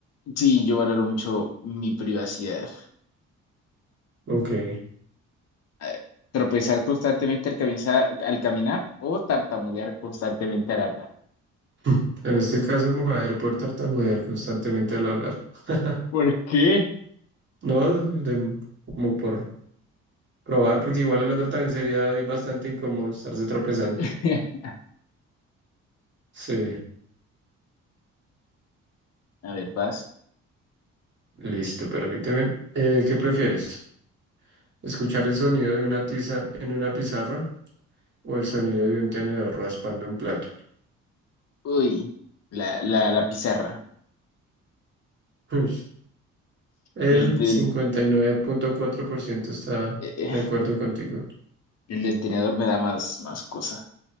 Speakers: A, on the left (about 55°); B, on the right (about 40°).
A: Sí, yo valoro mucho mi privacidad.
B: Ok.
A: A ver, tropezar constantemente al caminar, al caminar o tartamudear constantemente al hablar.
B: <laughs> En este caso me voy a ir por tartamudear constantemente al hablar. <laughs>
A: ¿Por qué?
B: No, de- como por probar, porque igual el otro también sería bastante incómodo estarse tropezando.
A: <laughs>
B: Sí,
A: A ver, vas.
B: listo, permíteme. Eh, ¿qué prefieres? ¿Escuchar el sonido de una tiza en una pizarra o el sonido de un tenedor raspando un plato?
A: Uy, la, la, la pizarra.
B: Ush. El
A: El del,
B: 59.4% está
A: eh, eh,
B: de acuerdo contigo.
A: el del tenedor me da más, más cosa.